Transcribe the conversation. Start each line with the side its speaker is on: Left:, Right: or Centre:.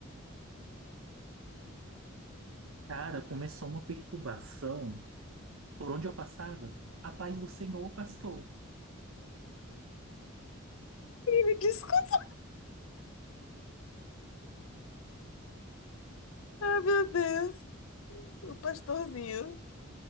Right: Cara, começou uma perturbação por onde eu passava. A paz do Senhor, pastor.
Left: Ih, Me desculpa. Ah, meu Deus. O pastorzinho.